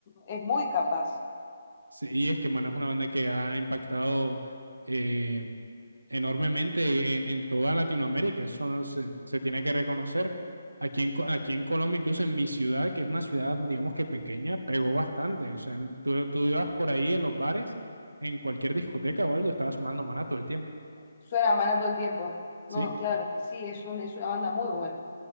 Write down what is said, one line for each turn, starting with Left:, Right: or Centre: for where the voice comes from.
Left: es muy capaz.
Right: Sí, y es que Maná es una banda que ha impactado eh, enormemente en, en toda Latinoamérica. Eso no se, se tiene que reconocer. Aquí en, aquí en Colombia, incluso en mi ciudad, que es una ciudad, digamos que pequeña, pegó bastante. O sea, en- tú, tú ibas por ahí en los bares, en cualquier discoteca
Left: Eh,
Right: o algo, estaba sonando maná todo el tiempo,
Left: Suena a Maná todo el tiempo.
Right: ¿sí?
Left: No, claro que sí, es, un, es una banda muy buena.